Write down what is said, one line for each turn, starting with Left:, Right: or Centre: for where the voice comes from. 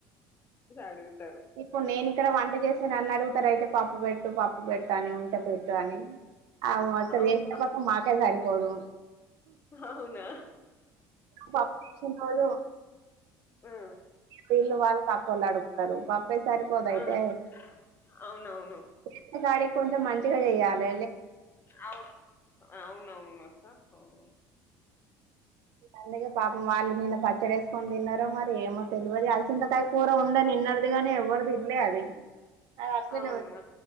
Left: అడుగుతారు
Right: ఇప్పుడు నేను ఇక్కడ వంట చేసాను అన్నాడు అయితే పప్పు పెట్టు పప్పు పెట్ట అని ఉంటే పెట్టు అని అవు అక్కడ
Left: అవునా
Right: చేసిన పప్పు మాకే సారిపోదు
Left: అవునా
Right: పప్పు చేసిన రోజు
Left: ఆ
Right: వీళ్ళు వాళ్ళు పక్కలు అడుగుతారు పాప చెప్పే సరిపోదయితే
Left: అవును అవునవును
Right: చేసిన కాడికి కొంచెం మంచిగా చెయాలి
Left: అవును అవునవును అక్క అవును
Right: అందుకే పాపం వాళ్ళు నిన్న పచ్చడేసుకొని తిన్నార మరి ఏమో తిలేవదు అలసందుకయ కూర ఉండ నిన్నడుదిగానే ఎవ్వరి తిన్లీ అది అది అట్లే
Left: అవునా